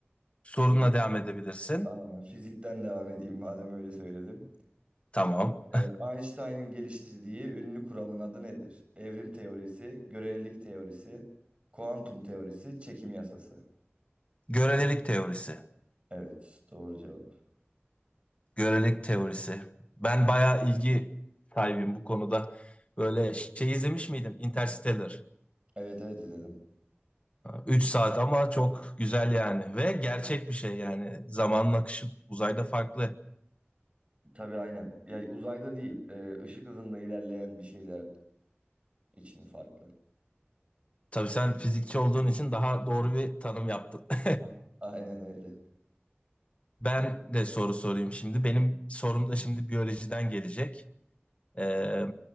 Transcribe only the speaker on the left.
Sorunla
devam edebilirsin.
Tamam.
<laughs> Görelilik teorisi.
Görelilik teorisi. Ben bayağı ilgi sahibim bu konuda. Böyle şey izlemiş miydin? Interstellar.
3 saat ama çok güzel yani. Ve gerçek bir şey yani. Zamanın akışı uzayda farklı.
Tabii sen fizikçi olduğun için daha doğru bir tanım yaptın. <laughs>
Ben de soru sorayım şimdi. Benim sorum da şimdi biyolojiden gelecek. Ee,